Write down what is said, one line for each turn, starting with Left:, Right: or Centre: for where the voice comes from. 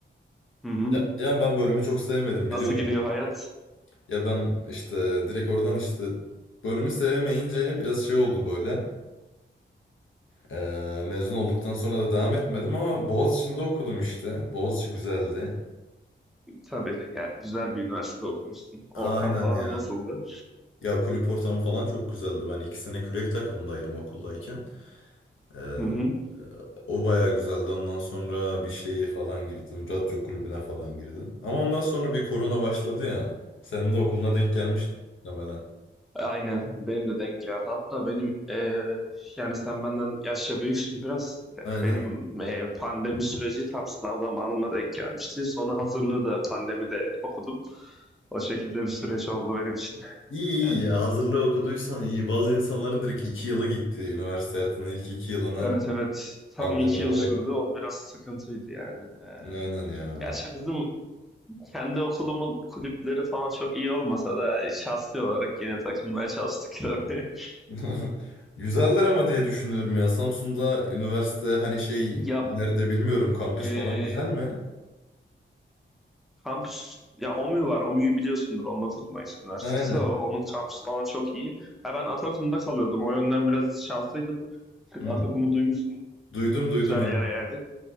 Centre: Hı hı.
Left: Ya, yani ben bölümü çok sevmedim
Centre: Nasıl
Left: biliyor musun?
Centre: gidiyor hayat?
Left: Ya ben işte direkt oradan işte bölümü sevemeyince biraz şey oldu böyle. Ee, mezun olduktan sonra da devam etmedim ama Boğaziçi'nde okudum işte. Boğaziçi güzeldi.
Centre: Tabii yani güzel bir üniversitede okumuşsun. Ortam
Left: Aynen
Centre: falan
Left: ya.
Centre: nasıldı?
Left: Ya kulüp ortamı falan çok güzeldi. Ben iki sene kürek takımındaydım okuldayken. Ee, e,
Centre: Hı hı.
Left: o bayağı güzeldi. Ondan sonra bir şeye falan girdim. Radyo kulübüne falan girdim. Ama ondan sonra bir korona başladı ya. Senin de okuluna denk gelmişti muhtemelen.
Centre: Aynen benim de denk geldi. Hatta benim eee, yani sen benden yaşça büyüksün biraz. E,
Left: Aynen.
Centre: Benim e, pandemi süreci tam sınav zamanıma denk gelmişti. Sonra hazırlığı da pandemide okudum. O şekilde bir süreç oldu benim için.
Left: İyi iyi
Centre: Yani
Left: ya. Hazırlığı okuduysan iyi. Bazı insanların direkt iki yılı gitti. Üniversite hayatının ilk iki yılını
Centre: evet evet tam
Left: pandemi
Centre: iki
Left: olarak.
Centre: yıl sürdü. O biraz sıkıntıydı yani. Eee
Left: Aynen ya.
Centre: gerçi bizim kendi okulumun kulüpleri falan çok iyi olmasa da şahsi olarak yine takılmaya çalıştık tabii. <laughs>
Left: <laughs> Güzeldir ama diye düşünüyorum ya. Samsun'da üniversite hani şey
Centre: Ya
Left: nerede bilmiyorum kampüs
Centre: eee
Left: falan güzel mi?
Centre: Kampüs, ya OMÜ var. OMÜ'yü biliyorsundur. 19 Mayıs Üniversitesi.
Left: Aynen.
Centre: O- onun kampüsü falan çok iyi. Ha, ben Atakum'da kalıyordum. O yönden biraz şanslıydım. <laughs>
Left: Hı.
Centre: Atakum'u duymuşsundur.
Left: Duydum
Centre: Güzel
Left: duydum aynen.
Centre: yer yani.